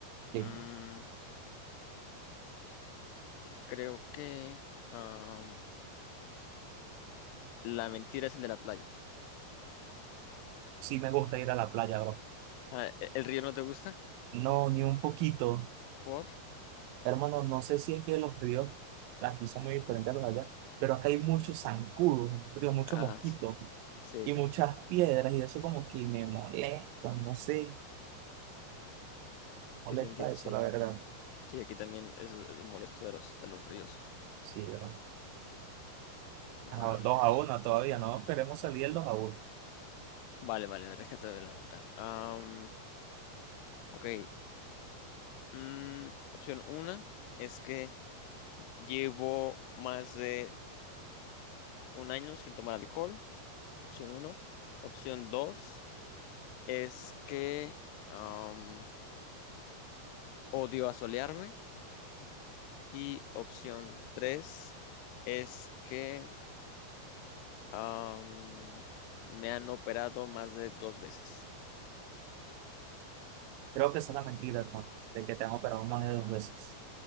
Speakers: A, on the right; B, on the left.
A: Listo.
B: Mm, creo que am, la mentira es el de la playa.
A: Sí me gusta ir a la playa, bro.
B: Ah, ¿e- ¿el río no te gusta?
A: No, ni un poquito.
B: ¿Por?
A: Hermano, no sé si es que los ríos aquí son muy diferentes a los de allá, pero acá hay muchos zancudos, en los ríos, muchos
B: Ah,
A: mosquitos
B: sí. Sí,
A: y muchas piedras, y eso como que me molesta, no sé, molesta
B: sí te entiendo,
A: eso,
B: sí.
A: la verdad.
B: Sí, aquí también eso es, es molesto de los, de los ríos.
A: Sí, ¿verdad?
B: Vale.
A: Ajá, Dos a uno todavía, no esperemos salir del dos a uno.
B: Vale, vale, a ver, déjate ver la vuelta. Am, ok. Mm, opción una es que Llevo más de un año sin tomar alcohol, opción uno. Opción dos es que am, odio asolearme. Y opción tres es que am, me han operado más de dos veces.
A: Creo que esa es la mentira, hermano, de que te han operado más de dos veces.